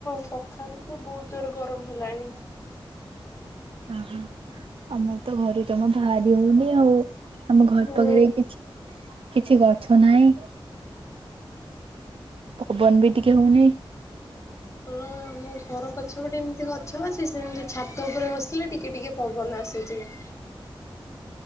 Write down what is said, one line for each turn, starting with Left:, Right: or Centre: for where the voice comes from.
Left: ସଖାଳୁ ତ ବହୁତ ଜୋର ଗରମ ହେଲାଣି।
Right: ଅହୋ ଆମର ତ ଘରୁ ଜମା ବାହାରି ହଉନି ଆଉ। ଆମ ଘର୍
Left: ହୁଁ।
Right: ପାଖରେ କିଛି କିଛି ଗଛ ନାହିଁ। ପବନ ବି ଟିକେ ହଉ ନିଇ।
Left: ହୁଁ। ଆମ ଘର ପଛପଟେ ଏମିତି ଗଛ ଅଛି ସେମିତି ଛାତ ଉପରେ ବସିଲେ ଟିକେ ଟିକେ ପବନ ଆସୁଚି। <inaudible>